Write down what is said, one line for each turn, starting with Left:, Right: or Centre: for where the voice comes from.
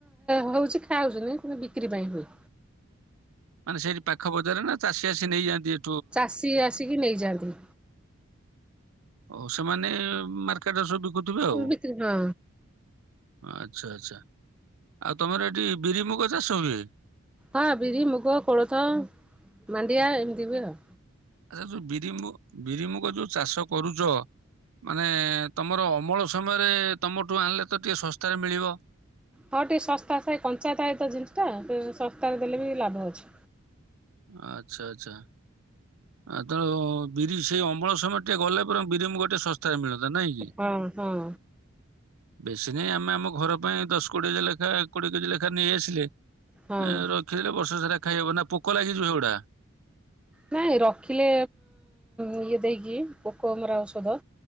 Centre: ହଉଛି ଖାଉଛିନି କି ବିକ୍ର ପାଇଁ ହୁଏ।
Right: ମାନେ ସେଇଠି ପାଖ ବଜାରରେ ନା ଚାଷୀ ଆସି ନେଇଯାନ୍ତି ଏଠି।
Centre: ଚାଷୀ ଆସିକି ନେଇଯାଆନ୍ତି।
Right: ଓଉ ସେମାନେ ମାର୍କେଟରେ ସବ ଥିବେ ଆଉ
Centre: ବିକ୍ରି ହଁ
Right: ଆଚ୍ଛା ଆଛା। ଆଉ ତମର ଏଠି ବିରି ମୁୁଗ ଚାଷ ହୁଏ।
Centre: ହଁ ବିରି, ମୁଗ, କୋଳଥ, ମାଣ୍ଡିଆ ଏମିତି ବି ଆଉ
Right: ଆଛା ଯୋଉ ବିରିମୁ ବିରିମୁଗ ଯୋଉ ଚାଷ କରୁଛ ମାନେ ତମର ଅମଳ ସମୟରେ ତମଠୁ ଆଣିଲେ ତ ଟିକେ ଶସ୍ତାରେ ମିଳିବ।
Centre: ହଁ ଟିକେ ଶସ୍ତା ସାଏ କଞ୍ଚାୟତଏ ତ ଜିନିଷ ଟା ଶସ୍ତାରେ ଦେଲେ ବି ଲାଭ ଅଛି।
Right: ଆଛା ଆଛା। ଆ ତ ବିରି ସେଇ ଅମ୍ ଅମଳ ସମୟ ଟିକେ ଗଲେ ବରଂ ବିରିମୁଗ ଗୋଟେ ଶସ୍ତ ତାର ମିଳତା ନାଇଁ କି।
Centre: ହଁ ହଁ
Right: ବେଶୀ ନାହିଁ ଆମେ ଆମ ଘର ପାଇଁ ଦଶ କୋଡ଼ିଏ ଲେଖାଏ କୋଡିଏ କେଜି ଲେଖା ନେଇଆସିଲେ
Centre: ହଁ।
Right: ରଖିଥିଲେ ବର୍ଷ ସାରା ଖାଇହବ ନା ପୋକ ଲାଗିଯିବ ସେଗଡ଼ା
Centre: ନାଇଁ ରଖିଲେ ଇଏ ଦେଇକି ପୋକ ମରା ଔଷଧ